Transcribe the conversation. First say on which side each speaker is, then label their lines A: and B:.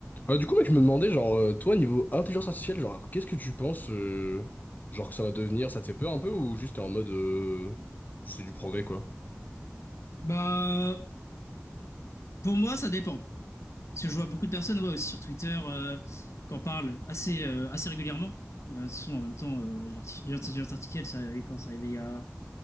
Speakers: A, on the left; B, on the left.
A: Ah, du coup, mec, je me demandais, genre, euh, toi, niveau intelligence artificielle, genre, qu'est-ce que tu penses, euh, genre, que ça va devenir? Ça te fait peur un peu ou juste t'es en mode, euh, c'est du progrès, quoi?
B: Bah, pour moi, ça dépend. Parce que je vois beaucoup de personnes ouais, aussi sur Twitter euh, qu'en parlent assez, euh, assez régulièrement. Euh, de toute façon, en même temps, euh, l'arti- l'intelligence artificielle, ça arrivait quand ça arrivait il y a